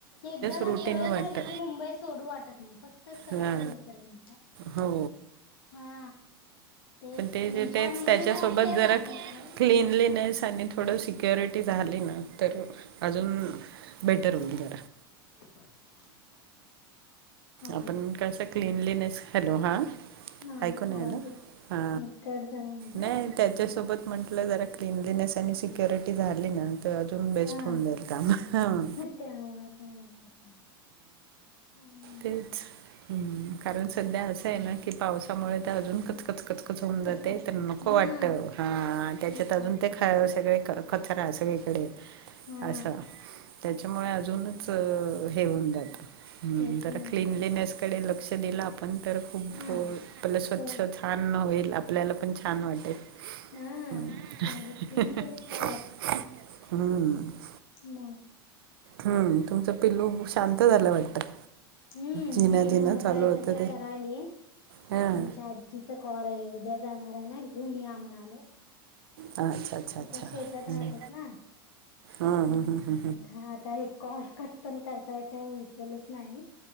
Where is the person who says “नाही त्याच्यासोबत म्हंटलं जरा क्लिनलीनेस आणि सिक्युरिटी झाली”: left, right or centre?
Right